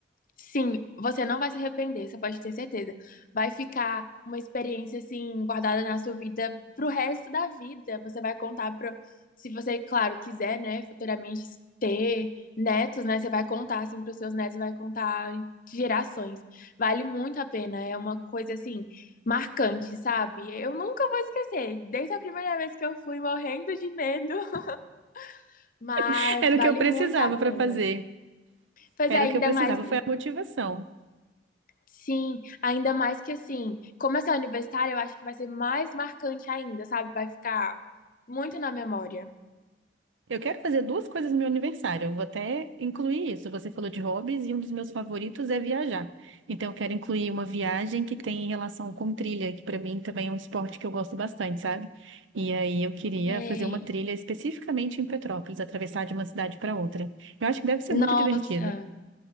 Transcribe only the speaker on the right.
<laughs> Era o
que eu precisava
pra fazer.
Era
o que eu precisava,
foi a motivação.
Eu quero fazer duas coisas no meu aniversário. Eu Vou até incluir isso. Você falou de hobbies e um dos meus favoritos é viajar. Então, eu quero incluir uma viagem que tem relação com trilha, que para mim também é um esporte que eu gosto bastante, sabe? E aí eu queria
fazer uma trilha especificamente em Petrópolis, atravessar de uma cidade para outra. Eu acho que deve ser
muito divertido.